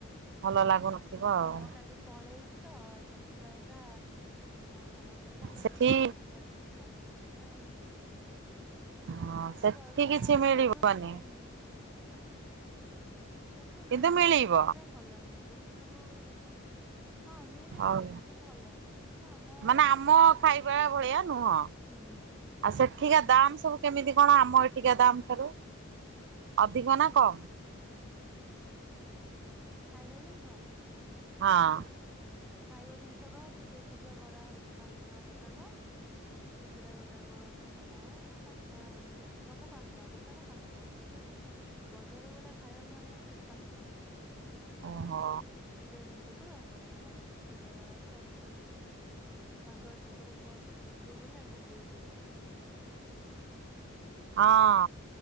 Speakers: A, on the right; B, in the centre.
A: ଭଲ ଲାଗୁନଥିବ
B: ହଁ
A: ଆଉ
B: କାଲି ପଳେଇବି। ତ। ସେଇଥିପାଇଁକା ଧନ କହିଲା କହିଲା
A: ସେଠି
B: ଚାଲେ ଯିବା ଟିକେ ଖାଇ। ଦେଇ ଆସିବା ଆଉ।
A: ହଁ
B: ସେଠି ଦହିବରା
A: କିଛି ମିଳିବନି
B: ମୁଁ କେବେ ଖାଇନି କିନ୍ତୁ ସେଠି
A: କିନ୍ତୁ
B: ମିଳିଲେ
A: ମିଳିବ
B: ବି ସେଗଡ଼ା ଗୁପଚୁପ ହଁ ମିଳିବ
A: ହଉ।
B: କିନ୍ତୁ ଭଲ ନୁହେଁ। ସିଏ ଆମ
A: ମାନେ
B: ପରୀକା
A: ଆମ
B: ତିଆରି
A: ଖାଇବା
B: କରନ୍ତିନି
A: ଭଳିଆ ନୁହଁ।
B: ହୁଁ
A: ଆଉ ସେଠିକା ଦାମ୍ ସବୁ କେମିତି
B: ନା
A: କଣ ଆମ ଏଠିକା
B: ସିଏ
A: ଦାମ୍ ଠାରୁ ଅଧିକ ନା କମ୍?
B: ଖାଇବା ଜିନିଷ?
A: ହଁ
B: ଖାଇବା ଜିନିଷ ବା ଛୋଟିଆ ଛୋଟିଆ ବରା ହଉଛି ପାଞ୍ଚ ଟଙ୍କା ଗୋଟାକ ସିଙ୍ଗିଡା ଗୋଟାକ ସାତ ଟଙ୍କା ନା ପାଞ୍ଚ ଟଙ୍କା ଏମିତି ସବୁ ସବୁ ପାଞ୍ଚ ଟଙ୍କା ଗୋଟାକ ପାଞ୍ଚ ଟଙ୍କା ତମକୁ ଯଦି ବଜାରକୁ ଗୋଟେ ଖାଇବାକୁ ଆଣିିବା ଅଛି ପାଞ୍ଚ ଟଙ୍କା
A: ଓହୋ
B: ଧୀରେ ଜିନିଷ ସବୁ ଦଶ ଟଙ୍କା ନବ ଦିଟା ବରା କୁ ଦଶ ଟଙ୍କା। ତାଙ୍କର ସେପଟେ କୁହନ୍ତି ଗୁଲୁଗୁଲୂ କୁ ବୁଲଡେଜର
A: ହଁ